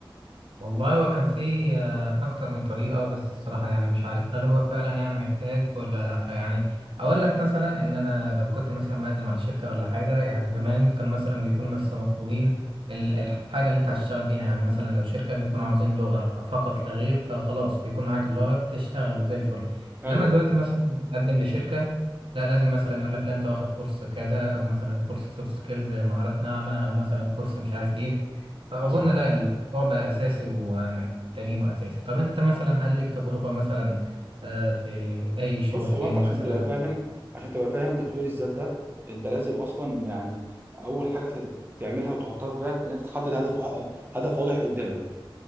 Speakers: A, on the right; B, on the right.
A: والله هو كان فيه آه، أكتر من طريقة بس الصراحة يعني مش عارف هل هو فعلا يعني محتاج ولا لأ يعني أقول لك مثلا إن أنا لو كنت مثلا مقدم على شركة ولا حاجة يعني زمان
B: مم.
A: كان مثلا بيكونوا بس مطلوبين ال- الحاجة اللي أنت هتشتغل بيها يعني مثلا لو شركة بيكونوا عاوزين لغة فقط لا غير فخلاص بيكون معاك اللغة بتشتغل وزي الفل
B: ايوه
A: إنما دلوقتي
B: ايوه
A: مثلا تقدم لشركة لا لازم مثلا يقول لك لا أنت واخد كورس كذا أو مثلا كورس سوفت سكيلز مهارات ناعمة أو مثلا كورس مش عارف إيه فأظن
B: اه
A: لا الموضوع بقى أساسي ومحتاجينه أساسي طب أنت مثلا هل ليك تجربة مثلا آه، في أي شغل
B: بص هو
A: تاني
B: انت عشان
A: مثلا
B: تبقى فاهم عشان تبقى فاهم تطوير الذات ده انت لازم اصلا يعني اول حاجه ت- تعملها وتحطها في بالك ان انت تحدد هدف وا- هدف واضح قدامك